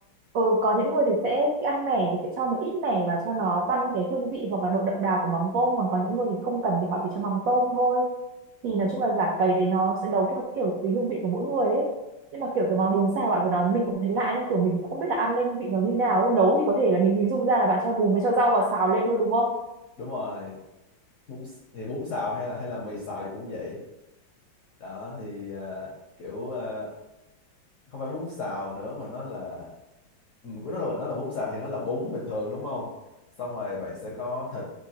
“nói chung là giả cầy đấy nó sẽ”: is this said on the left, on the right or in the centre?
Right